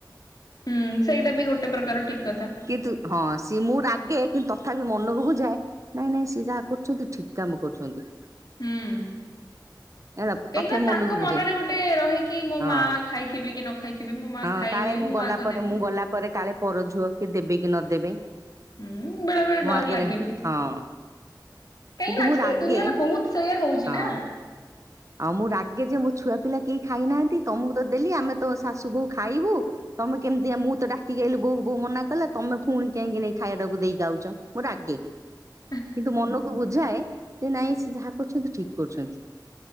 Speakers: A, on the left; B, on the right.
A: ହୁଁ ସେଇଟା ବି ଗୋଟେ ପ୍ରକାର ଠିକ କଥା।
B: କିନ୍ତୁ ହଁ ସିଏ ମୁଁ ରାଗେ କିନ୍ତୁ ତଥାପି ମନକୁ ବୁଝାଏ। ନାଇଁ ନାଇଁ ସିଏ ଯାହା କରୁଚନ୍ତି ଠିକ କାମ କରୁଛନ୍ତି।
A: ହୁଁ।
B: ହେଲା
A: କାହିଁକିନା
B: ତଥାପି
A: ତାଙ୍କ
B: ମନକୁ
A: ମନରେ
B: ବୁଝାଏ
A: ଗୋଟେ ରହେ କି, ମୋ
B: ହଁ
A: ମା ଖାଇଥିବେ କି ନ ଖାଇ ଥିବେ ମୋ ମା
B: ହଁ
A: ଖାଇବେ।
B: କାଳେ
A: ମୁଁ
B: ଗଲା
A: ଆଗ
B: ପରେ
A: ଦେବି।
B: ମୁଁ ଗଲା ପରେ କାଳେ ପର ଝୁଅ କି ଦେବେ କି ନଦେବେ।
A: ହୁଁ ବେଳେ ବେଳେ ଡର
B: ମୁଁ ଆଗରେ
A: ଲାଗେ ବି।
B: ହଁ,
A: କାହିଁକି
B: କିନ୍ତୁ
A: ନା ଆଜିକାଲି
B: ମୁଁ ରାଗେ
A: ଦୁନିଆରେ ବହୁତ ସେଇଆ ହଉଛି
B: ହଁ।
A: ନା
B: ଆଉ ମୁଁ ରାଗେ ଯେ ମୋ ଛୁଆ ପିଲା କେହି ଖାଇନାହାନ୍ତି। ତମକୁ ତ ଦେଲି ଆମେ ତ ଶାଶୁ ବୋଉ ଖାଇବୁ। ତମେ କେମିତି ମୁଁ ତ ଡାକି ଆଇଲି ବୋଉ ବୋଉ ମନା କଲେ। ତମେ ପୁଣି କାହିଁକି ନେଇ ଖାଇବାଟା କୁ ଦେଇକି ଆଉଚ ମୁଁ ରାଗେ।
A: <inaudible>
B: କିନ୍ତୁ ମନକୁ ବୁଝାଏ, ଯେ ନାଇଁ ସେ ଯାହା କରୁଚନ୍ତି ଠିକ କରୁଚନ୍ତି।